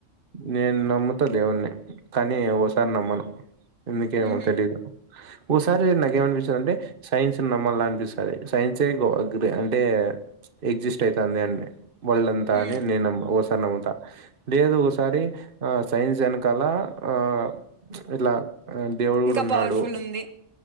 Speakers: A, on the right; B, on the right.
A: నేను నమ్ముతా దేవుని కానీ ఒక సారి నమ్మను ఎందుకేమో
B: ఉహు
A: తెలీదు ఓసారి నాకేమనిపించందంటే సైన్స్ ఉన్నా మళ్ళా అనిపిస్తుంది సైన్సే <unintelligible> అంటే ఎగ్జిస్ట్ అవుతుంది అడి వాళ్ళంతా
B: ఉమ్
A: అని నేను మ్ ఓసారి నమ్ముతా లేదు ఓసారి ఆ సైన్స్ అన కలా ఆ ఇట్లా దేవుడు కూడా
B: ఇంకా
A: ఉన్నాడు
B: పవర్ఫుల్ ఉంది